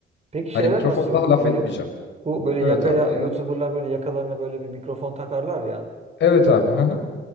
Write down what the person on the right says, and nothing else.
Peki
şeyler
nasıl
Yiğit?
Bu böyle
yakaya
YouTuber'lar böyle yakalarına böyle bir mikrofon takarlar ya.